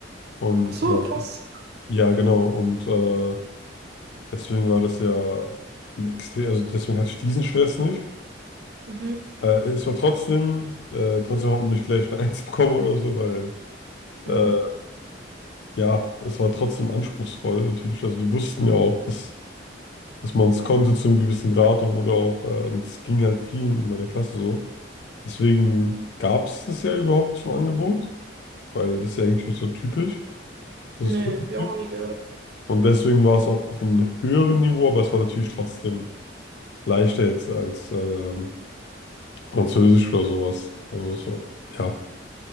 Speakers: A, on the left (about 60°); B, on the right (about 55°).
A: und
B: Ach so,
A: äh,
B: krass.
A: ja, genau. Und äh, deswegen war das ja ein extrem, also deswegen hatte ich diesen Stress nicht.
B: Mhm,
A: Äh, es war trotzdem, äh, trotzdem hat man nicht gleich eine Eins bekommen oder so, weil äh,
B: mhm.
A: ja, es war trotzdem anspruchsvoll natürlich. Also die wussten ja auch, dass, dass man es konnte zu einem gewissen Grad und wurde auch, äh, und es ging halt vielen in meiner Klasse so. Deswegen gab es das ja überhaupt zum Angebot, weil das ist ja eigentlich nicht so typisch, dass
B: Nee,
A: es das
B: hab ich auch
A: gibt.
B: noch nie gehört.
A: Und deswegen war es auch auf einem höheren Niveau, aber es war natürlich trotzdem leichter jetzt als ähm, Französisch oder sowas. Also so, ja.